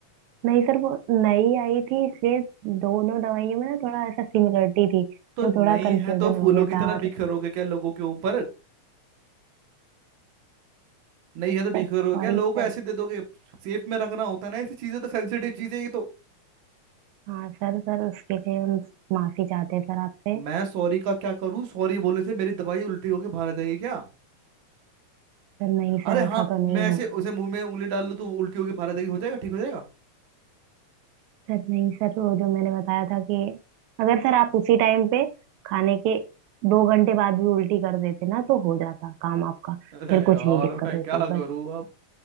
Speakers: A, on the right (about 85°); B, on the right (about 55°).
A: नहीं सर वो नई आई थी इसलिए दोनों दवाइयों में ना थोड़ा ऐसा सिमिलरिटी थी तो
B: तो नहीं
A: थोड़ा कंफ्यूजन
B: है तो फूलों
A: हो गया
B: की तरह
A: था और
B: बिखरोगे क्या लोगों के ऊपर नहीं
A: सर
B: है तो बिखरोगे
A: सॉरी
B: क्या लोगों
A: सर
B: को ऐसे दे दोगे सेफ में रखना होता है ना ऐसी चीजें तो सेंसिटिव चीजें ये तो
A: हाँ सर सर उसके लिए हम माफी चाहते हैं सर आपसे
B: मैं सॉरी का क्या करूं सॉरी बोलने से मेरी दवाई उल्टी होके बाहर आ जाएगी क्या
A: सर नहीं सर
B: अरे
A: ऐसा
B: हाँ
A: तो नहीं
B: मैं
A: होगा
B: ऐसे उसे मुंह में उंगली डाल लूं तो उल्टी होके बाहर आ जाएगी हो जाएगा ठीक हो जाएगा
A: सर नहीं सर वो जो मैंने बताया था कि अगर सर आप उसी टाइम पे खाने के दो घंटे बाद भी उल्टी कर देते ना तो हो जाता काम आपका
B: अरे
A: फिर
B: यार
A: कुछ नहीं दिक्कत
B: मैं
A: होती
B: क्या
A: बट
B: करूं अब